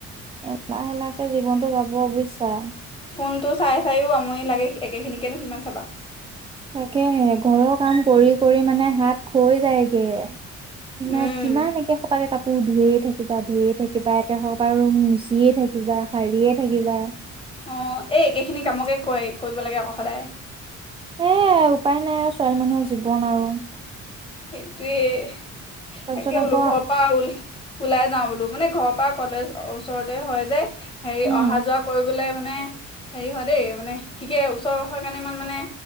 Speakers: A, on the right; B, on the left.
A: এটা এলাহে লাকে জীৱনতটো যাব বুইছা।
B: ফোনটো চাই চায়ো আমনি লাগে একেখিনিকেনো কিমান চাবা।
A: তাকেহে ঘৰৰ কাম কৰি কৰি মানে হাত খৈ যায়গে। কিমান
B: উম
A: কিমান একেখুপাকে কাপোৰ ধুয়ে থাকে। কিবা ধুয়ে থাকিবা একে হ বা মচিয়ে থাকিবা। হাৰীয়ে থাকিবা।
B: অ এই একেখিনি কামকে কয় কৰিব লাগে আকৌ সদায়।
A: এ উপায় নাই আৰু ছোৱালী মানুহৰ জীৱন আৰু।
B: সেইটোয়ে
A: তাৰপিছত
B: তাকে
A: আকৌ
B: বোলো ঘৰৰ পৰা ওল ওলাই যাওঁ বোলো মানে ঘৰৰ পৰা। কলেজ ওচৰতে হয় যে হেৰি
A: উম
B: অহা যোৱা কৰিবলে। মানে হেৰি হয় দেই মানে ঠিকে ওচৰ হৰ কাৰণে ইমান মানে